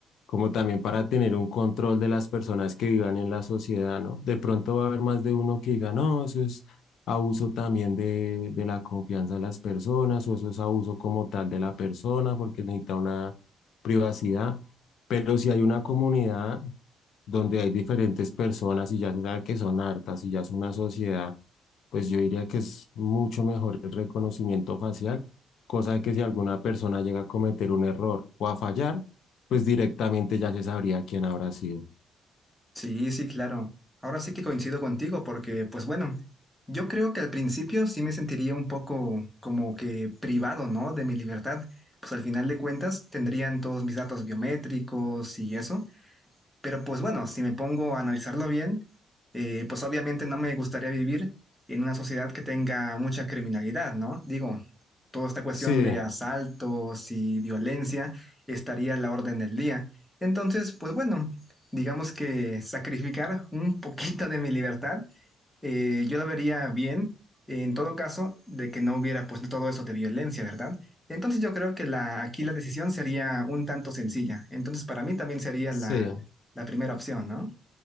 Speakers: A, on the left (about 70°); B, in the centre.
A: como también para tener un control de las personas que vivan en la sociedad, ¿no? De pronto va a haber más de uno que diga, no, eso es abuso también de, de la confianza de las personas, o eso es abuso como tal de la persona, porque necesita una privacidad. Pero si hay una comunidad donde hay diferentes personas y ya se sabe que son hartas y ya es una sociedad, pues yo diría que es mucho mejor el reconocimiento facial, cosa de que si alguna persona llega a cometer un error o a fallar, pues directamente ya se sabría quién habrá sido.
B: Sí, sí, claro. Ahora sí que coincido contigo porque, pues bueno, yo creo que al principio sí me sentiría un poco como que privado, ¿no? De mi libertad. Pues al final de cuentas tendrían todos mis datos biométricos y eso. Pero pues bueno, si me pongo a analizarlo bien, eh, pues obviamente no me gustaría vivir en una sociedad que tenga mucha criminalidad, ¿no? Digo, toda esta cuestión
A: Sí,
B: de asaltos y violencia estaría a la orden del día. Entonces, pues bueno, digamos que sacrificar un poquito de mi libertad eh, yo la vería bien en todo caso de que no hubiera pues todo eso de violencia, ¿verdad? Entonces yo creo que la, aquí la decisión sería un tanto sencilla. Entonces para mí también sería
A: sí,
B: la, la primera opción, ¿no?